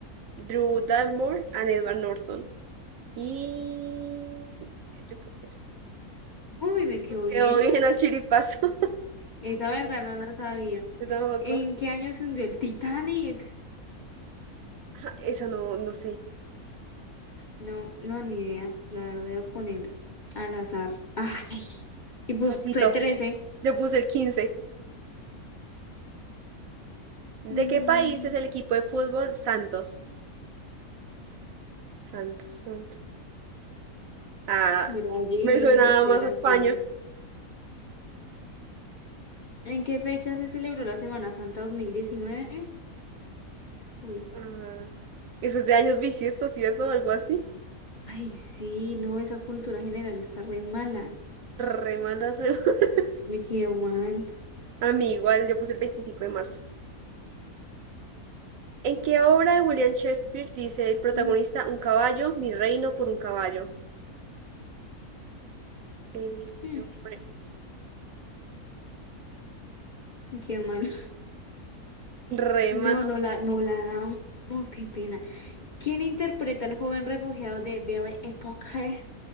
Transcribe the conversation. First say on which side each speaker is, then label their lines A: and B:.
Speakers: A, on the right; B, on the left.
A: Drew Barrymore and Edward Norton. Y yo creo que este.
B: Uy, me quedó bien.
A: Quedó bien al chiripazo.
B: Esa verdad no la sabía.
A: <laughs> Yo tampoco.
B: ¿En qué año se hundió el Titanic?
A: Ajá, Esa no, no sé.
B: No, no, ni idea. La verdad, voy a poner al azar. <laughs> Ay, y puse
A: Casito.
B: trece
A: Yo puse el 15. ¿De
B: Mm,
A: qué país es el equipo de fútbol Santos? Santos, Santos. Ah,
B: Brasil,
A: me suena
B: de
A: más
B: Brasil.
A: a España.
B: ¿En qué fecha se celebró la Semana Santa 2019? Uy.
A: Ah, eso es de años bisiestos, ¿cierto? Algo así.
B: Ay, sí, no, esa cultura general está re mala.
A: Re mala, re mala. <laughs>
B: Me quedó mal.
A: A mí igual, yo puse el 25 de marzo. ¿En qué obra de William Shakespeare dice el protagonista
B: Mm,
A: un caballo, mi reino por un caballo? Eh,
B: mm,
A: vamos a poner esto.
B: Me quedó mal. <laughs>
A: Re
B: No,
A: manos.
B: no la, no la damos, qué pena. ¿Quién interpreta al joven refugiado de Belle Époque?